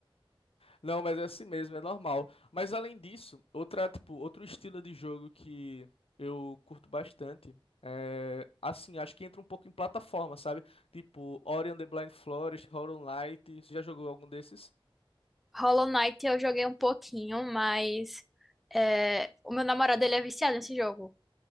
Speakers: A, on the left (about 85°); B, in the centre.
A: Não, mas é assim mesmo, é normal. Mas além disso, outra, tipo, outro estilo de jogo que eu curto bastante é assim, acho que entra um pouco em plataforma, sabe? Tipo, Ori and the Blind Forest, Hollow Knight, você já jogou algum desses?
B: Hollow Knight eu joguei um pouquinho, mas é, o meu namorado ele é viciado nesse jogo.